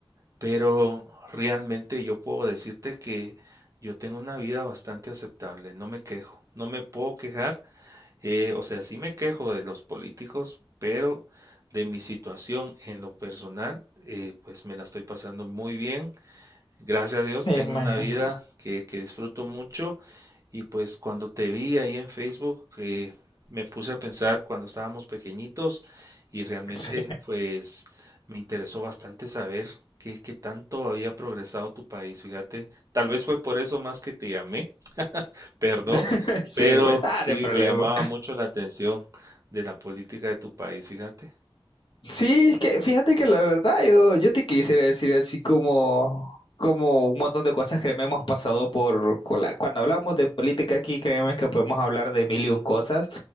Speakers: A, on the right (about 35°); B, on the left (about 60°).
A: pero realmente yo puedo decirte que yo tengo una vida bastante aceptable, no me quejo, no me puedo quejar, eh, o sea, sí me quejo de los políticos, pero de mi situación en lo personal, eh, pues me la estoy pasando muy bien. Gracias a Dios,
B: me
A: tengo
B: imagino.
A: una vida que, que disfruto mucho y pues cuando te vi ahí en Facebook, eh, me puse a pensar cuando estábamos pequeñitos y realmente
B: Sí,
A: pues me interesó bastante saber qué, qué tanto había progresado tu país, fíjate, tal vez fue por eso más que te llamé, <laughs> perdón,
B: <laughs> sí,
A: pero
B: pues, nada
A: sí
B: de problema.
A: me llamaba mucho la atención de la política de tu país, fíjate,
B: Sí, es que fíjate que la verdad yo, yo te quisiera decir así como, como un montón de cosas que me hemos pasado por con la- cuando hablamos de política aquí, créeme que podemos hablar de mil y un cosas,